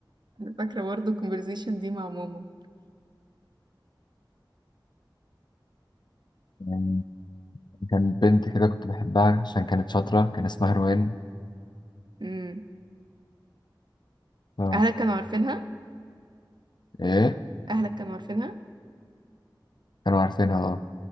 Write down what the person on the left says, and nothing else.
كمان كان بنت كده كنت بحبها عشان كانت شاطرة كان اسمها روان
ف...
إيه
كانوا عارفينها اه